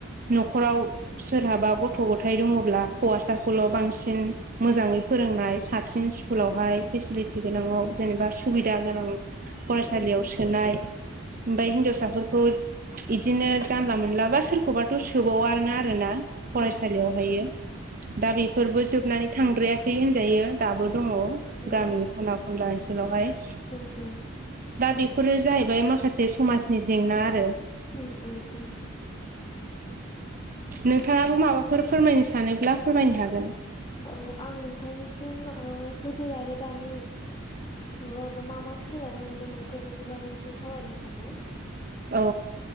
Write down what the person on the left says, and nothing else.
उम उम
औ
उम
उम उम
उम उम।
औ आं नोंथांनिसिम ओ गोदो आरो दानि जुगावनो मा मा सोलायनाय नुनो मोनखो बेनि बागैसे सावरायनो सानदों।